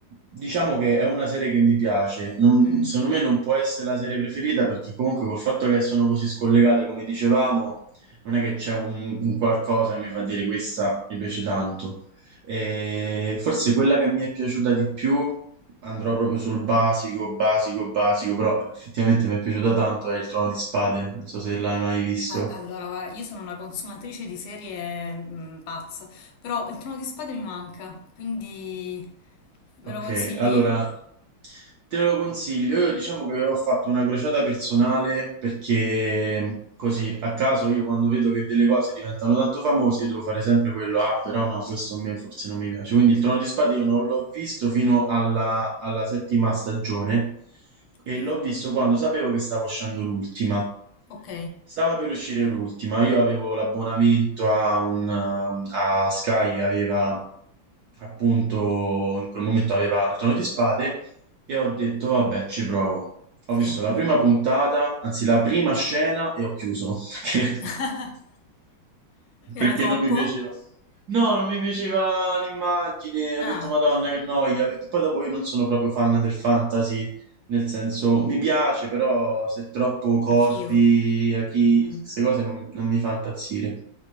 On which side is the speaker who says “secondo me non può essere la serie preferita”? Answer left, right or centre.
Right